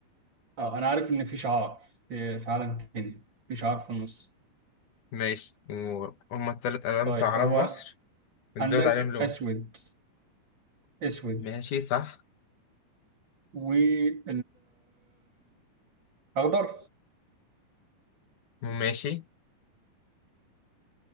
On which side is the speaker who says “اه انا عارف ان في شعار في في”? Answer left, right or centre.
Right